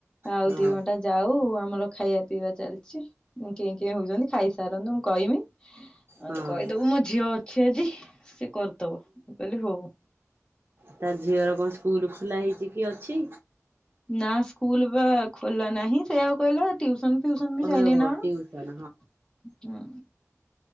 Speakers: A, on the left; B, on the right.
A: ଆଉ
B: ହଁ
A: ଦି ଘଣ୍ଟା ଯାଉ ଆମର ଖାଇବା ପିଇବା ଚାଲିଛି ଉଁ କେଁ କେଁ ହଉଛନ୍ତି ଖାଇସାରନ୍ତୁ ମୁଁ କହିମି। ଆଉ
B: ହଁ
A: ତ କହିଦବୁ ମୋ ଝିଅ ଅଛି ଆଜି ସେ କର୍ ଦବ ମୁ କହିଲି ହଉ।
B: ତାର୍ ଝିଅର କଣ ସ୍କୁଲ ଖୋଲା ହେଇଛି କି ଅଛି?
A: ନା ସ୍କୁଲ ବା ଖୋଲା ନାହିଁ ସେଇଆଉ କହିଲା ଟ୍ୟୁସନ୍ ଫ୍ୟୁସନ୍ ବି ଯାଇନି
B: ଓହୋ
A: ନା ହଁ।
B: ଟିଉସନ